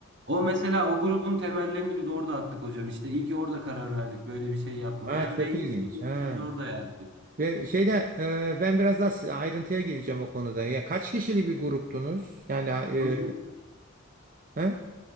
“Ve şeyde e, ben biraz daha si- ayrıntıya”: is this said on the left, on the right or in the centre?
Right